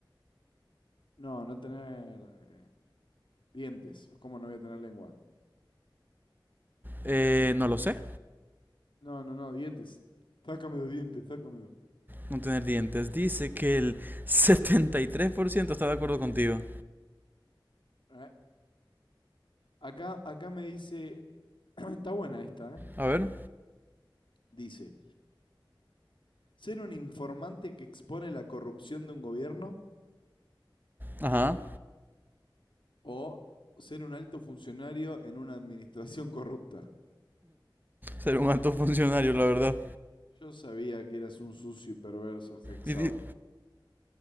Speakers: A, on the left; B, on the right.
A: No, no tener eh, dientes. ¿Cómo no voy a tener lengua?
B: Eh, no lo sé,
A: No, no, no, dientes. Sácame los dientes, sácame los.
B: no tener dientes. Dice que el 73% está de acuerdo contigo.
A: Eh, Acá, acá me dice, <clears throat> está buena esta, ¿eh?
B: A ver,
A: Dice, ser un informante que expone la corrupción de un gobierno
B: ajá,
A: o ser un alto funcionario en una administración corrupta.
B: ser un alto funcionario, la verdad.
A: Yo sabía que eras un sucio y perverso, Hexau.
B: Y di-